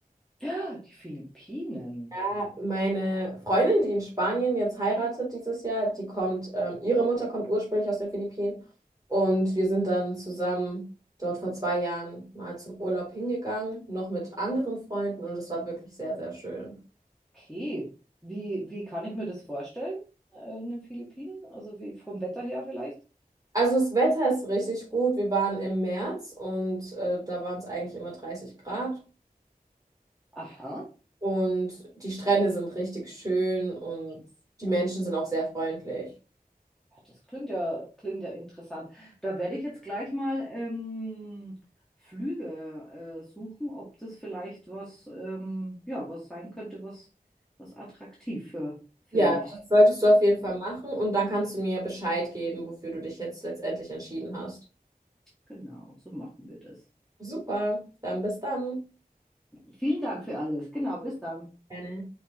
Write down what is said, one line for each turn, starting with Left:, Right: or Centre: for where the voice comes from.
Centre: Ja, die Philippinen.
Right: Ja, meine Freundin, die in Spanien jetzt heiratet dieses Jahr, die kommt, ähm, ihre Mutter kommt ursprünglich aus den Philippinen und wir sind dann zusammen dort vor zwei Jahren mal zum Urlaub hingegangen, noch mit anderen Freunden und es war wirklich sehr, sehr schön.
Centre: Okay. Wie, wie kann ich mir das vorstellen, äh, in den Philippinen? Also wie vom Wetter her vielleicht?
Right: Also das Wetter ist richtig gut. Wir waren im März und äh, da waren es eigentlich immer 30 Grad
Centre: Aha.
Right: und die Strände sind richtig schön und die Menschen sind auch sehr freundlich.
Centre: Ah, das klingt ja, klingt ja interessant. Da werde ich jetzt gleich mal ähm, Flüge äh, suchen, ob das vielleicht was, ähm, ja, was sein könnte, was, was attraktiv für, für
Right: Ja,
Centre: mich
Right: das solltest du auf jeden
Centre: ist.
Right: Fall machen und dann kannst du mir Bescheid geben, wofür du dich jetzt letztendlich entschieden hast.
Centre: Genau, so machen wir das.
Right: Super, dann bis dann.
Centre: Vielen Dank für alles. Genau, bis dann.
Right: Gerne.